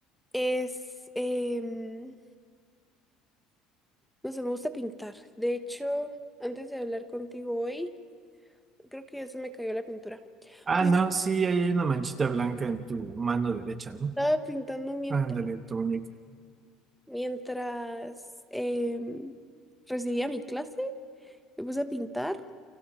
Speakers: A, in the centre; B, on the right.
A: es, em, no sé, me gusta pintar. De hecho, antes de hablar contigo hoy, creo que ya se me cayó la pintura,
B: Ah,
A: pero
B: no, sí, ahí hay una manchita blanca en tu mano derecha, ¿no?
A: estaba pintando mientras,
B: Ándale, tu muñeca.
A: mientras em, recibía mi clase. Me puse a pintar